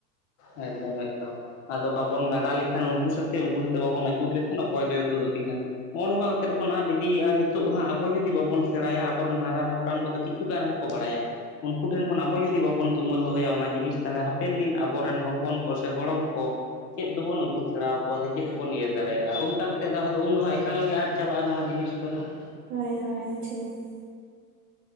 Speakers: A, on the left; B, on the right.
A: ᱮᱠᱫᱚᱢ ᱮᱠᱫᱚᱢ ᱾ ᱟᱫᱚ ᱵᱟᱵᱚᱱ ᱫᱟᱲᱟ ᱞᱮᱠᱷᱟᱱ ᱩᱱᱠᱩ ᱥᱟᱛᱮ ᱩᱱᱠᱩ ᱥᱟᱛᱮ ᱵᱟᱵᱚᱱ ᱟᱹᱪᱩᱨ ᱞᱮᱠᱷᱟᱱ ᱚᱠᱚᱭ ᱫᱚᱭ ᱩᱫᱩᱜ ᱟᱛᱤᱱᱟ ᱚᱼᱱᱚᱝᱠᱟ ᱠᱟᱛ ᱛᱮᱫ ᱵᱚᱱ ᱟᱫ ᱤᱫᱤᱭᱟ ᱾ ᱛᱳᱜ ᱦᱟᱸᱜ ᱟᱵᱚ ᱡᱩᱫᱤ ᱵᱟᱵᱚᱱ ᱥᱮᱲᱟᱭᱟ ᱟᱵᱚᱨᱮᱱ ᱦᱟᱲᱟᱢ ᱦᱟᱯᱲᱟᱢ ᱠᱚᱫᱚ ᱠᱤᱪᱷᱩ ᱜᱟᱱ ᱨᱮᱦᱚᱸ ᱠᱚ ᱵᱟᱲᱟᱭᱟ ᱾ ᱩᱱᱠᱩ ᱴᱷᱮᱱ ᱠᱷᱚᱱ ᱟᱵᱚ ᱡᱩᱫᱤ ᱵᱟᱵᱚᱱ ᱛᱩᱢᱟᱹᱞ ᱫᱚᱦᱚᱭᱟ ᱚᱱᱟ ᱡᱤᱱᱤᱥ ᱛᱟᱦᱞᱮ ᱦᱟᱯᱮᱱ ᱫᱤᱱ ᱟᱵ ᱵᱚᱨᱮᱱ ᱦᱚᱯᱚᱱ ᱠᱚ ᱥᱮ ᱜᱚᱲᱚᱢ ᱠᱚ ᱾ ᱪᱮᱜ ᱫᱚᱵᱚᱱ ᱩᱫᱩᱜ ᱥᱮᱲᱟᱣ ᱠᱚᱣᱟ ᱥᱮ ᱪᱮᱜ ᱵᱚᱱ ᱤᱭᱟᱹ ᱫᱟᱲᱮᱭᱟᱜᱼᱟ ᱚᱝᱠᱟ ᱠᱟᱛᱮᱫ ᱟᱫᱚ ᱩᱱ ᱫᱚ ᱮᱠᱟᱞᱜᱮ ᱟᱫ ᱾ ᱪᱟᱵᱟᱜᱼᱟ ᱱᱚᱣᱟ ᱡᱤᱱᱤᱥ ᱠᱚᱫᱚ ᱾
B: ᱦᱳᱭ ᱦᱳᱭ ᱴᱷᱤᱠ ᱾